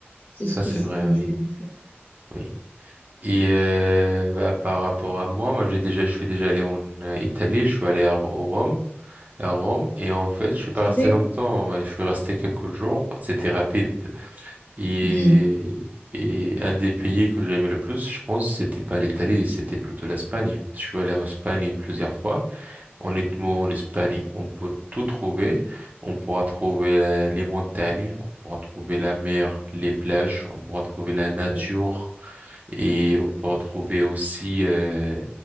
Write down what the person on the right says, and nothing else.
Ça,
c'est
vrai,
oui.
Oui. Et euh, bah, par rapport à moi, moi j'ai déjà, je suis déjà allé en euh, Italie, je suis allé à, au Rome, à Rome, et en fait je suis pas
resté longtemps, et je suis resté quelques jours. C'était rapide. Et
et un des pays que j'ai aimé le plus, je pense, c'était pas l'Italie, c'était plutôt l'Espagne. Je suis allé en Espagne plusieurs fois. Honnêtement, en Espagne, on peut tout trouver. On pourra trouver euh, les montagnes, on pourra trouver la mer, les plages, on pourra trouver la nature.
Et on peut retrouver aussi euh,